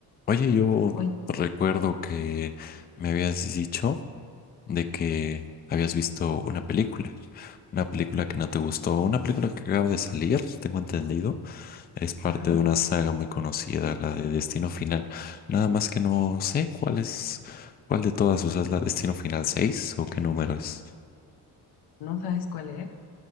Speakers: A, on the left; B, on the left.
A: Oye, yo
B: Hoy,
A: recuerdo que me habías dicho de que habías visto una película, una película que no te gustó, una película que acaba de salir, tengo entendido, es parte
B: ajá,
A: de una saga muy conocida, la de Destino Final. Nada más que no sé cuál es, cuál de todas, o sea, es la Destino Final seis o qué número es.
B: ¿no sabes cuál es?